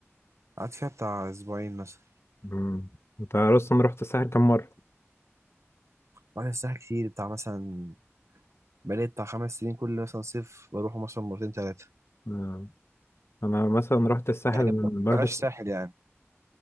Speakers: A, on the right (about 75°); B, on the left (about 60°).
A: قعدت فيها بتاع أسبوعين مثلا
B: مم. انت اصلا رحت الساحل كم مره
A: وانا الساحل كتير بتاع مثلا بقالي بتاع خمس سنين كل مثلا صيف بروح مثلا مرتين ثلاثة
B: آه، انا مثلا رحت الساحل
A: يعني
B: من
A: ب-
B: بروح
A: بلاش
B: الس...
A: ساحل يعني